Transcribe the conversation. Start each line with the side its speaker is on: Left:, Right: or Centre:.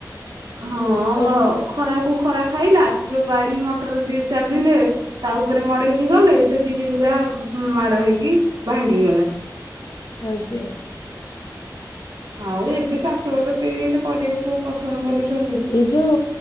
Right: ହଁ
Left: ଆଜ୍ଞା
Right: ଅମଳ ଖରାକୁୁ ଖରା ଖାଇଲା ଯୋଉ ଗାଡି ମଟର ଯିଏ ଚାଲିଲେ ତା ଉପରେ ମଡେଇକି ଗଲେ ସେ ବିରି ଗୁରା ମାଡ ହେଇକି ଭାଙ୍ଗି ଗଲା
Left: ଆଁ ଯା
Right: ଆଉ ଏବେ ଚାଷବାସ କେ ଏତେ କରିବାକୁ ପସନ୍ଦ କରୁଛନ୍ତି
Left: ଏଇ ଯୋଉ